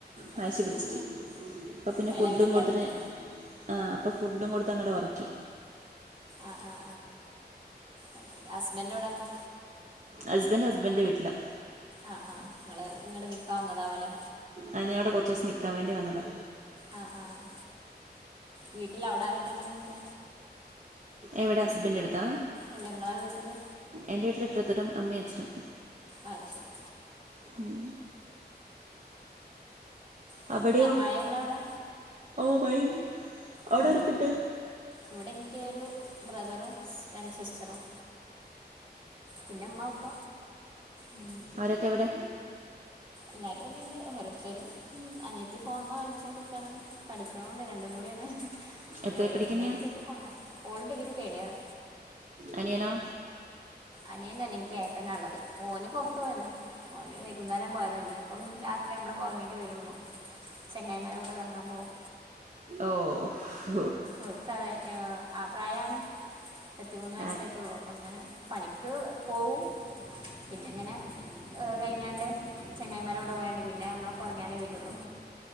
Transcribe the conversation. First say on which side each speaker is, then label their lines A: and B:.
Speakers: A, on the right (about 30°); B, on the right (about 45°).
A: അത്
B: വാശി
A: ശരി
B: പിടിച്ചിട്ട് അപ്പ പിന്നെ
A: അതിലങ്ങനെ
B: ഫുഡും
A: കരഞ്ഞോ
B: കൊടുത്തിട്ട് ആഹ് അപ്പ ഫുഡും കൊടുത്ത് അങ്ങട് ഒറക്കി
A: ആഹ് ആഹ് ആഹ് ഹസ്ബൻഡ് എവടെ അപ്പൊ
B: ഹസ്ബൻഡ് ഹസ്ബൻഡിന്റെ വീട്ടിലാ
A: ആഹ് ആഹ് ഇങ്ങള് ഇങ്ങട് നിക്കാൻ വന്നതാവുംലേ
B: ആഹ് ഞാൻ ഇവടെ കൊറച്ചൂസം നിക്കാൻ വേണ്ടി വന്നതാ
A: ആഹ് ആഹ് വീട്ടില് അവിടാരൊക്കെ ഇണ്ട് ഇങ്ങക്ക്
B: എവടെ ഹസ്ബൻഡ് അടുത്താ
A: അല്ല ഇങ്ങളെ വീട്ടില്
B: എൻ്റെ വീട്ടില് ബ്രദറും അമ്മയും അച്ഛനും
A: ആഹ് അത് ശരി
B: ഉം
A: ആ
B: അവടെയോ
A: മഴയുണ്ടോ അവിടെ
B: ഓഹ് മഴ ഇണ്ട്
A: ആ
B: അവ്ടാരെക്കെണ്ട്?
A: ഇവിടെ ഇൻക്കൊരു ബ്രദറും രണ്ട്സിസ്റ്ററും. പിന്നെ ഉമ്മ, ഉപ്പ ഉം
B: അവരൊക്കെവിടെ?
A: എല്ലാരുംഇവിടെണ്ട് ഓരോര്ത്തരും അനിയത്തിഫോൺമ്മെ കളിച്ചോണ്ട്ക്കാണ് പഠിക്ക്ണുംണ്ട് രണ്ടുംകൂടിയാണ്
B: എത്ര
A: ഇവര്
B: പഠിക്കുന്നയാ
A: ഇമ്മീ ഇപ്പീ ഒക്കെ ഫോൺമ്മെ ഓള് ഡഗ്രിതേടിയറ്
B: അനിയനോ?
A: അനിയനല്ല ഇൻക്ക് ഏട്ടനാള്ളത് ഓന് പൊർത്ത് പോയതാ ഓന് വൈകുന്നേരം പോയതാ ഇഞ്ഞിപ്പം രാത്രി ഞ്ഞമ്മ ളൊക്കെ ഒറങ്ങീട്ടേ വരൊള്ളു ചെങ്ങായിമാരെകൂടെ കർങ്ങാൻപോവും
B: ഓഹ് ഉഫും
A: ഓൽക്കതെ ഏ ആ പ്രായാണ് ഇരുപത്തിമൂന്ന് വയസ്സായിട്ടൊള്ളൂ
B: ആ
A: ഇപ്പ ഇങ്ങനെ പണിക്ക് പോവും പിന്നെങ്ങനെ ഹ് കഴിഞ്ഞാണ്ട് ചെങ്ങായിമാരെകൂടെ പോയാണ്ട്പിന്നെ ഞ്ഞമ്മളൊക്കെ ഒറ്ങ്ങിയാലേവരൊള്ളു